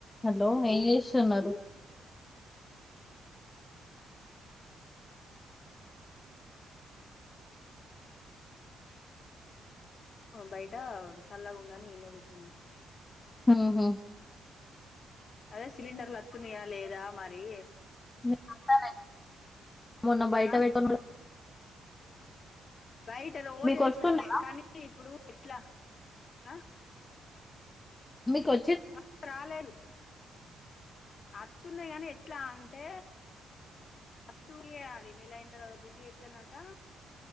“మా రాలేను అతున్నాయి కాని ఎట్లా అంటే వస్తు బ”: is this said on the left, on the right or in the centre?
Left